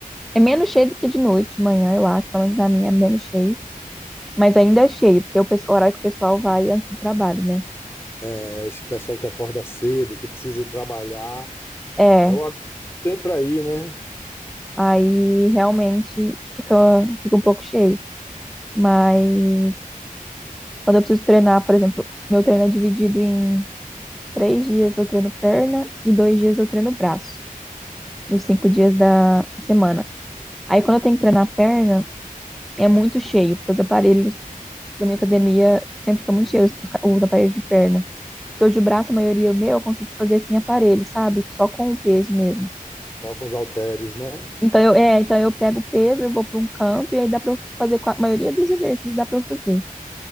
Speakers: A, in the centre; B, on the left (about 15°).
A: é menos cheio do que de noite, de manhã, eu acho. Pelo menos na minha é menos cheio. Mas ainda é cheio, porque é o pe- o horário que o pessoal vai antes do trabalho, né?
B: é, esse pessoal que acorda cedo, que precisa ir trabalhar,
A: É,
B: é o horário que tem para ir, né?
A: aí realmente fica, fica um pouco cheio. Mas Quando eu preciso treinar, por exemplo, meu treino é dividido em três dias eu treino perna e dois dias eu treino braço, nos cinco dias da semana. Aí quando eu tenho que treinar perna, é muito cheio, porque os aparelhos da minha academia sempre ficam muito cheios, os ca- os aparelhos de perna. Porque os de braço, a maioria meu, eu consigo fazer sem aparelho, sabe? Só com o peso mesmo.
B: Toca os halteres, né?
A: Então eu, é, então eu pego o peso, eu vou para um canto e aí dá para eu fazer, qua- a maioria dos exercícios dá para eu fazer.